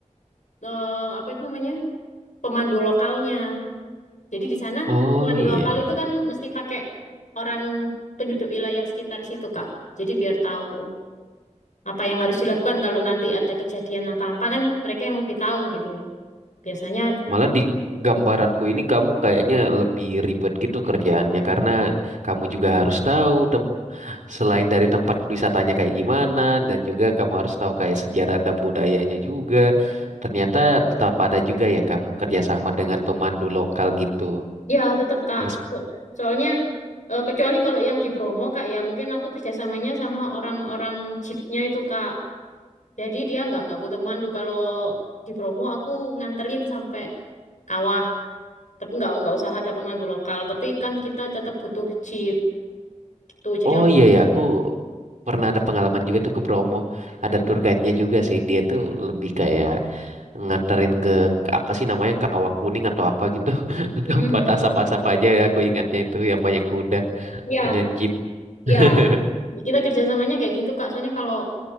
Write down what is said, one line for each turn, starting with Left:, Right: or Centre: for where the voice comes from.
Left: eh, apa itu namanya? pemandu lokalnya. Jadi di sana
Right: Oh
Left: pemandu
Right: iya.
Left: lokal itu kan mesti pakai orang penduduk wilayah sekitar situ, Kak. Jadi biar tahu apa yang harus dilakukan kalau nanti ada kejadian apa-apa kan mereka yang lebih tahu gitu loh. Biasanya
Right: Malah di gambaranku ini kamu kayaknya lebih ribet gitu kerjaannya karena kamu juga harus tahu tem- selain dari tempat wisatanya kayak gimana dan juga kamu harus tahu kayak sejarah dan budayanya juga. Ternyata tetap ada juga ya kamu kerjasama dengan pemandu lokal gitu.
Left: ya tetap Kak.
Right: Mes-
Left: So- Soalnya eh, kecuali kalau yang di Bromo Kak ya mungkin aku kerjasamanya sama orang-orang jeepnya itu Kak. Jadi dia nggak nggak butuh pemandu. Kalau di Bromo aku nganterin sampai kawah. tapi nggak nggak usah ada pemandu lokal tapi kan kita tetap butuh jeep gitu jadi
Right: oh
Left: aku
Right: iya ya aku pernah ada pengalaman juga tuh ke Bromo. Ada
Left: Mm-mm.
Right: tour guide-nya juga sih. Dia tuh lebih kayak nganterin ke ke apa sih namanya Kawah Kuning atau apa gitu <laughs>
Left: Mm-mm.
Right: tempat asap-asap aja ya, aku ingatnya itu yang banyak kuda
Left: ya
Right: dengan jeep <laughs>
Left: ya kita kerjasamanya kayak gitu Kak soalnya kalau